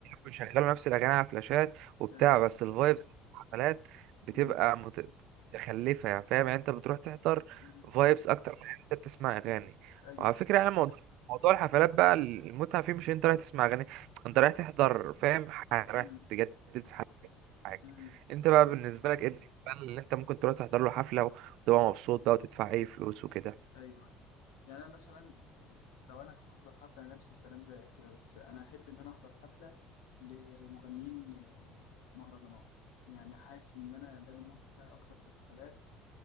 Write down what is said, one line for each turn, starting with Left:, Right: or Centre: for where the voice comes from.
Right: مش شغاله نفس الاغاني على فلاشات وبتاع
Left: ايوه
Right: بس الفايبس الحفلات بتبقى
Left: امم
Right: مت- متخلفه يعني فاهم يعني انت بتروح تحضر
Left: امم
Right: فايبس اكتر من إن انت بتسمع اغاني
Left: ايوه
Right: وعلى فكره
Left: ايوه
Right: يعني موضوع موضوع الحفلات بقى المتعه فيه مش انت رايح تسمع اغاني انت رايح تحضر فاهم ح- رايح
Left: امم
Right: تجدد في حاجه
Left: امم
Right: انت بقى بالنسبه لك ايه اللي انت ممكن تروح تحضر له حفله وتبقى مبسوط بقى وتدفع اي فلوس وكده
Left: ايوه ايوه يعني انا مثلا آه، لو انا هحضر حفله نفس الكلام زيك كده بس انا احب ان انا احضر حفله لمغنيين آه، مهرجانات يعني حاسس ان انا ده المود بتاعي اكتر في الحفلات